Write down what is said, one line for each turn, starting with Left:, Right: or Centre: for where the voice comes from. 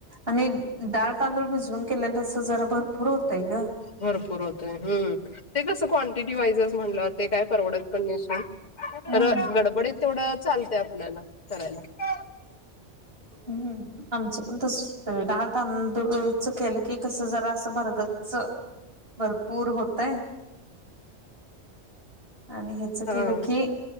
Right: आणि डाळ, तांदूळ भिजवून केल्याले असं जरा भरपूर होतंय गं.
Left: भरपूर होतंय हम्म ते कसं क्वांटिटी वाईज म्हटल्यावर ते काय परवडत पण नाही सो.
Right: हम्म
Left: तर गडबडीत तेवढं चालतंय आपल्याला करायला.
Right: हम्म. आमचं पण तसं होतंय वय डाळ तांदूळचा केलं की कसं जरा असं भरगच्च भरपूर होतय आणि हे तसं
Left: हा
Right: केलं की